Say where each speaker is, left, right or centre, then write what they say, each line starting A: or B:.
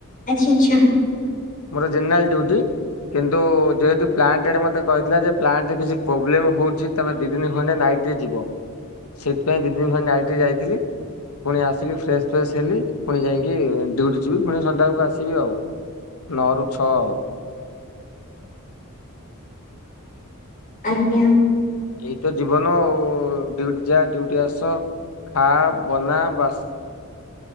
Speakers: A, on the left; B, on the left.
A: ଆଚ୍ଛା- ଆଚ୍ଛା।
B: ମୋର ଜେନେରାଲ୍ ଡଉଟି। କିନ୍ତୁ ଯେହେତୁ ପ୍ଲାଣ୍ଟ ଆଡେ ମୋତେ କହିଥିଲା ଯେ ପ୍ଲାଣ୍ଟରେ କିଛି ପୋବ୍ଲେମ୍ ହଉଚି ତମେ ଦି ଦିନ ଖଣ୍ଡେ ନାଇଟ୍ ରେ ଯିବ ସେଇଥିପାଇଁ ଦି ଦିନ ଖଣ୍ଡେ ନାଇଟ୍ ରେ ଯାଇଥିଲି। ପୁଣି ଆସିକି ଫ୍ରେଶସ୍- ଫ୍ରେଶସ୍ ହେଲି ପୁଣି ଯାଇକି ଡିଉଟି ଯିବି ପୁଣି ସନ୍ଧ୍ୟାବେଳକୁ ଆସିବି ଆଉ। ନଅରୁ ଛଅ ଆଉ।
A: ଆଜ୍ଞା।
B: ଏଇତ ଜୀବନ ଆଉ ଡଉଟି ଯା ଡିଉଟି ଆସ। ଖା ବନା ବାସ୍।